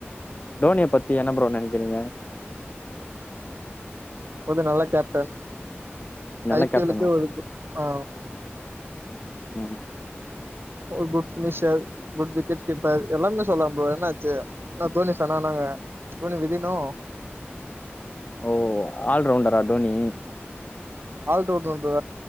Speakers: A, on the left; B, on the right.
A: தோனிய பத்தி என்ன ப்ரோ நெனைக்கிறீங்க
B: ஒரு நல்ல கேப்டன்
A: நல்ல
B: ஐ பி
A: கேப்டனா
B: எல்லுக்கே ஒரு ஆ
A: ம்
B: ஒரு good finisher good wicket keeper எல்லாமே சொல்லலா ப்ரோ என்னாச்சு ஆன தோனி சொன்னானங்க தோனி விதினு
A: ஓ ஆல்ரவுண்டரா டோனி
B: ஆல்டவு